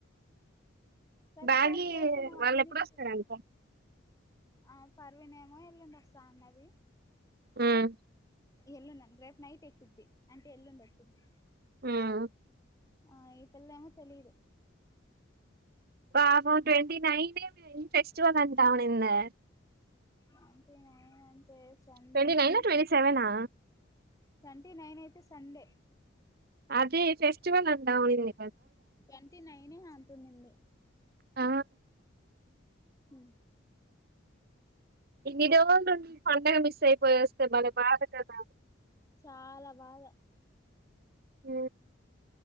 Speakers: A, on the left (about 15°); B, on the right (about 50°).
A: ప్రతిసారి
B: బ్యాగి
A: చేసిన వన్
B: వాళ్ళు
A: మినిట్
B: ఎప్పుడొస్తారంట
A: ఆ పర్వినేమో ఎల్లుండి వస్తా అన్నది
B: హ్మ్
A: ఎల్లుండండి రేపు నైట్ ఎక్కుద్ది అంటే ఎల్లుండి వచ్చిద్ది
B: హ్మ్
A: ఆ ఈపిల్ల ఏమో తెలిదు
B: పాపం ట్వంటీనైన్ ఫెస్టివల్ అంటాఉండింది
A: అ అంతే అంతే సండే
B: ట్వంటీ
A: నా
B: నైనా ట్వంటీ సెవెనా
A: ట్వంటీ నైన్ అయితే సండే
B: అదే ఫెస్టివల్ అంటా పోయింది
A: ట్వంటీ నైనే అతుందింది
B: ఆ
A: హు
B: ఇన్ని రోజులుండి పండుగ మిస్ అయిపోయోస్తే భలే బాధ కదా
A: చాలా బాధ
B: ఎ